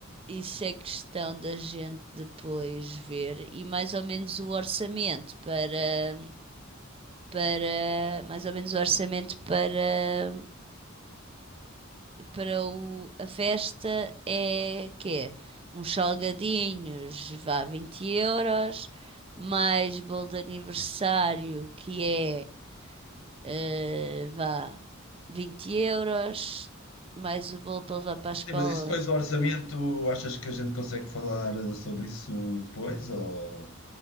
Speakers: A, on the right (about 25°); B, on the left (about 75°).
A: isso é questão da gente depois ver e mais ou menos o orçamento para para mais ou menos o orçamento para para o, a festa é quê? Uns salgadinhos, vá 20 euros, mais bolo de aniversário, que é, eh, vá 20 euros, mais o bolo para levar para a escola.
B: Sim, mas isso depois do orçamento, achas que a gente consegue falar eh, sobre isso depois ou